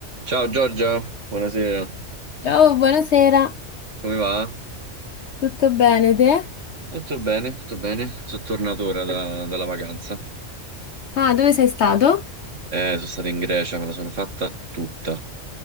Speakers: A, on the right (about 80°); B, on the left (about 65°).
A: Ciao Giorgia, buonasera,
B: Ciao, buonasera,
A: come va?
B: tutto bene te?
A: Tutto bene, tutto bene. Sono tornato ora da- dalla vacanza.
B: Ah, dove sei stato?
A: Eh, sono stato in Grecia, me la sono fatta tutta.